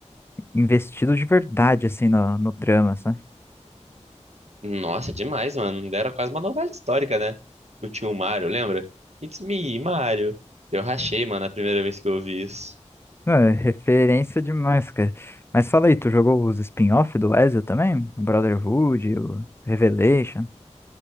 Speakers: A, on the left (about 20°); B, on the right (about 60°).
A: investido de verdade, assim, no, no drama, sabe?
B: Nossa, demais, mano. Era quase uma novela histórica, né? O tio Mario, lembra? It's me, Mario. Eu rachei, mano, a primeira vez que eu ouvi isso.
A: Não, é referência demais, cara. Mas fala aí, tu jogou os spin-off do Ezio também? O Brotherhood, o Revelation?